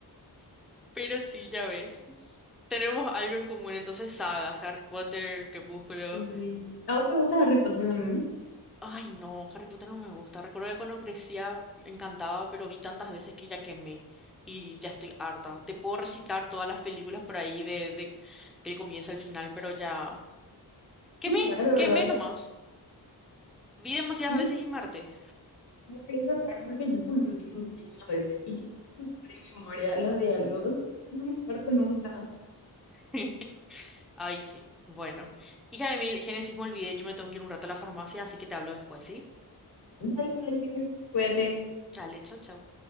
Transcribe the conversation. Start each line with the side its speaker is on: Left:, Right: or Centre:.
Centre: Pero sí, ya ves. Tenemos algo en común, entonces sagas, Harry Potter, Crepúsculo.
Left: Sí. ¿A vos te gusta Harry Potter también?
Centre: Ay, no, Harry Potter no me gusta. Recuerdo que cuando crecía me encantaba, pero vi tantas veces que ya quemé y ya estoy harta. Te puedo recitar todas las películas por ahí de, de- del comienzo al final, pero ya quemé,
Left: Es raro,
Centre: quemé
Left: ¿verdad?
Centre: nomás. Vi demasiadas
Left: Me,
Centre: veces y Marte.
Left: me parece raro porque yo también vi muchísimas veces y tampoco sé de memoria los diálogos. No me acuerdo nunca.
Centre: <laughs> Ay, sí. Bueno, hija de mil, Génesis, me olvidé, yo me tengo que ir un rato a la farmacia, así que te hablo después, ¿sí?
Left: Dale, dale, cuídate.
Centre: Dale, chau, chau.